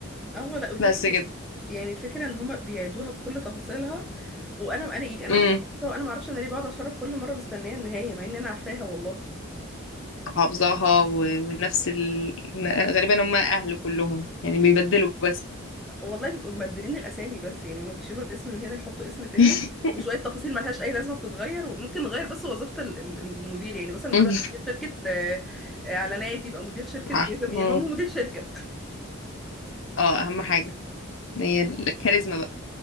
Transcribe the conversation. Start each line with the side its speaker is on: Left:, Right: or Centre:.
Centre: اه لا والفكره
Left: بس كده
Centre: يعني الفكره ان هما بيعيدوها بكل تفاصيلها وانا انا يعني انا
Left: امم
Centre: واحده بحسها وانا ما اعرفش انا ليه بقعد اتفرج كل مره مستنيه النهايه مع ان انا عارفاها والله
Left: حافظاها و... ونفس ال... غالبا هم اهل كلهم يعني بيبدلوا بس
Centre: والله بيبقوا مبدلين الاسامي بس يعني هما بيشيلوا الاسم من هنا يحطوا اسم تاني
Left: <laughs>
Centre: وشويه تفاصيل ملهاش اي لازمه بتتغير وممكن نغير بس وظيفه ال- ال- المدير يعني مثلا مدى
Left: مم.
Centre: شركه آه، آه، اعلانات يبقى مدير شركه
Left: مع-
Centre: جزم
Left: مم.
Centre: ايه هم مدير شركه
Left: اه اهم حاجه هي الكاريزما بقى